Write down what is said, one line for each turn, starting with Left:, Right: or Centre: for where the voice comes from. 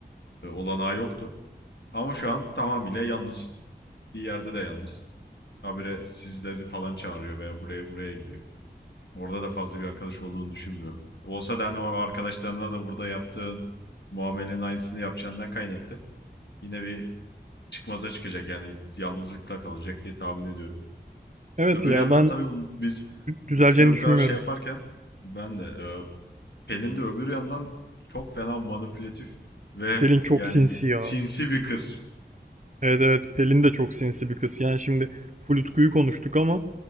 Left: E, Olanağı yoktu. Ama şu an tamamıyla yalnız. gittiği yerde de yalnız. Habire sizleri falan çağırıyor veya buraya buraya gidiyor. Orada da fazla bir arkadaş olduğunu düşünmüyorum. Olsa da hani o arkadaşlarına da burada yaptığın muamelenin aynısını yapacağından kaynaklı. Yine bir çıkmaza çıkacak yani yalnızlıkla kalacak diye tahmin ediyorum.
Right: Evet
Left: Öbür
Right: ya
Left: yandan
Right: ben
Left: tabii bunu- biz
Right: düzeleceğini
Left: Utku'ya bu
Right: düşünmüyorum.
Left: kadar şey yaparken ben de e, Pelin de öbür yandan çok fena manipülatif ve
Right: Pelin
Left: <laughs>
Right: çok
Left: yani
Right: sinsi ya.
Left: sinsi bir kız.
Right: Evet evet Pelin de çok sinsi bir kız. Yani şimdi full Utku'yu konuştuk ama